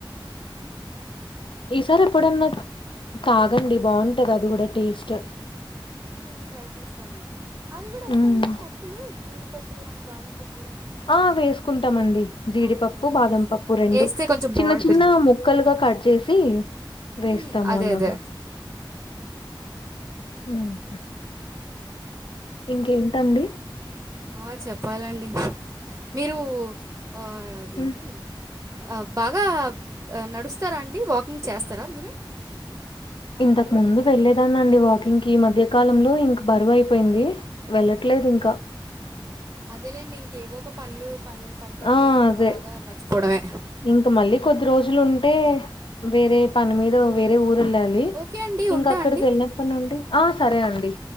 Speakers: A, on the left; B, on the right.
A: ఈసారి ఎప్పుడన్నా తాగండి బాగుంటది అది కూడా టేస్ట్.
B: హ్మ్. ప్రయత్నిస్తానండి అవి కూడా ఇస్తారండి
A: హ్మ్.
B: పప్పులు జీడిపప్పులు కానీ బాదం పప్.
A: ఆ వేసుకుంటామండి, జీడిపప్పు
B: అవునవును.
A: బాదం
B: ఏస్తే
A: పప్పు రెండు
B: ఏస్తే కొంచెం
A: చిన్న
B: బావుంటుంది.
A: చిన్న ముక్కలుగా కట్. చేసి వేస్తాము
B: హ్మ్. అదే
A: అలాగా.
B: అదే.
A: ఉ. ఇంకేంటండి.
B: ఆ చెప్పాలండి మీరు ఆ అదేంటి.
A: హ్మ్.
B: ఆ బాగా నడుస్తారా అండి వాకింగ్ చేస్తారా మీరు? అ
A: ఇంతకు
B: అలవాటుందా?
A: ముందు వెళ్ళేది వెళ్తానండి వాకింగ్కి ఈ మధ్య కాలంలో ఇంక బరువు అయిపోయింది వెళ్ళట్లేదు ఇంక
B: అదేలేండి ఇంక ఏవో ఒక పనులు పడతాయి.
A: ఆ!
B: ఇంక
A: అదే.
B: అలాగా మర్చిపోవడమే.
A: ఇంక మళ్ళీ కొద్ది రోజులు ఉంటే వేరే పని మీద వేరే ఊరు వెళ్ళాలి.
B: ఓకే అండి.
A: ఇంక
B: ఉంటా
A: అక్కడికి
B: అండి.
A: వెళ్ళినప్పటి నుండి ఆ సరే అండి.